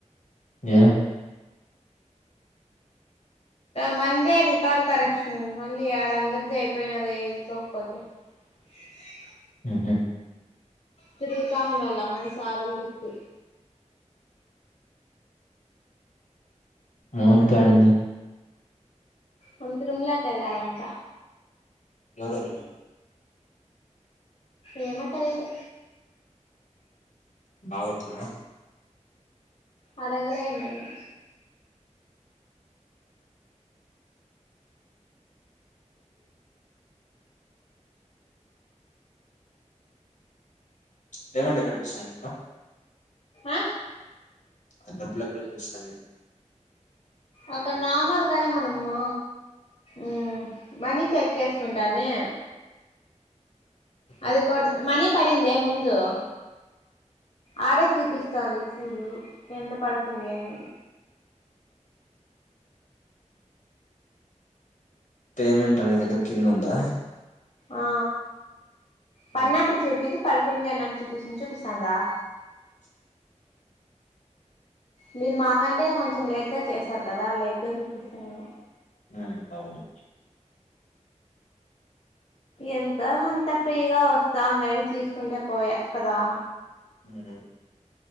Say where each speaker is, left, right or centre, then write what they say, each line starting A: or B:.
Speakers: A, on the left; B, on the left.
A: ఏ
B: మండే రికార్డు కరెక్షన్ ఉంది మళ్ళీ ఆడ అందరిదే అయిపోయినాది ఐపోకపోతే ఏది
A: ఉహ్మ్
B: తిరుగుతా ఉండల మన సరోల్ చుట్టూ
A: మోనికా ఏడుంది
B: వల్ల తీర్మాల కి వెళ్ళారంట
A: ఎవరెవరు
B: ఏమో తెలీదు
A: బావోతనాడ
B: అడగలేదు నేను
A: పేమెంట్ ఎక్కడ చూపిస్తుంది
B: ఆ
A: అక్కడ డబ్బు అక్కడ చూపిస్తున్నాయ్
B: అక్కడ నార్మల్ గానే మనము ఉమ్ మనీ చెక్ చేసుకుంటామే
A: ఇక్కడ
B: అది కొడ్ మనీ పడిందే ముందు ఆడే చూపిస్తుతోంది చూడు ఎంత పడుతుంది అని
A: పేమెంట్ అనే దగ్గర కింద ఉందా
B: ఆ పనటు
A: ఉమ్
B: చూపిదు పడుతుంది అన్నట్టు చూపిస్తుంది చూపిస్తందా మీరు మాకంటే కొంచెం లేట్ గా చేసారు కదా లేట్ గా చూపిస్తుందేమో
A: ఉమ్ అవును
B: ఎంత కొంత ఫ్రీగా వస్తంది అది తీసుకుంటే పోయా కదా
A: ఉమ్